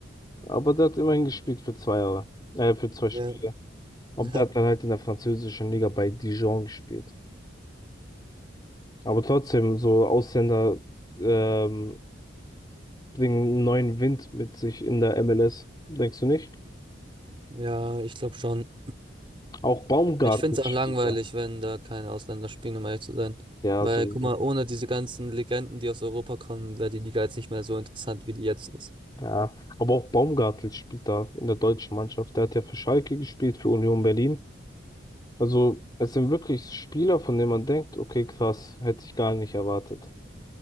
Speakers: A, on the left; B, on the right.
A: Aber der hat immerhin gespielt für zwei Jahre. Äh, für zwei Spiele.
B: Ja,
A: Aber
B: <laughs>
A: der hat dann halt in der französischen Liga bei Dijon gespielt. Aber trotzdem, so Ausländer ähm, bringen einen neuen Wind mit sich in der MLS. Denkst du nicht?
B: ja, ich glaube schon.
A: Auch Baumgartel
B: Ich finde
A: spielt
B: es auch langweilig,
A: da.
B: wenn da keine Ausländer spielen, um ehrlich zu sein.
A: Ja,
B: Weil,
A: sowieso.
B: guck mal, ohne diese ganzen Legenden, die aus Europa kommen, wäre die Liga jetzt nicht mehr so interessant, wie die jetzt ist.
A: Ja. Aber auch Baumgartel spielt da in der deutschen Mannschaft. Der hat ja für Schalke gespielt, für Union Berlin. Also, es sind wirklich Spieler, von denen man denkt, okay, krass, hätte ich gar nicht erwartet.